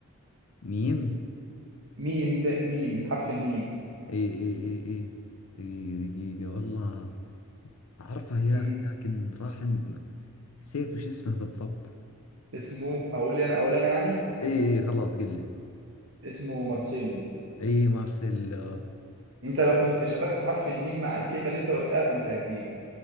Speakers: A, on the left (about 85°); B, on the right (about 60°).
A: ميم
B: ميم ميم حرف الميم
A: إيه إيه إيه إيه دقيقة دقيقة والله عرفه يا
B: مم.
A: أخي لكن راح عن- نسيت وش اسمه بالضبط
B: اسمه اقول لي انا اقول انا يعني
A: إيه إيه خلاص قل لي
B: اسمه مارسيلو
A: اي مارسيلو
B: انت لو كنت شبكت حرف الميم مع الكلمه اللي انت قلتها كنت هتجيب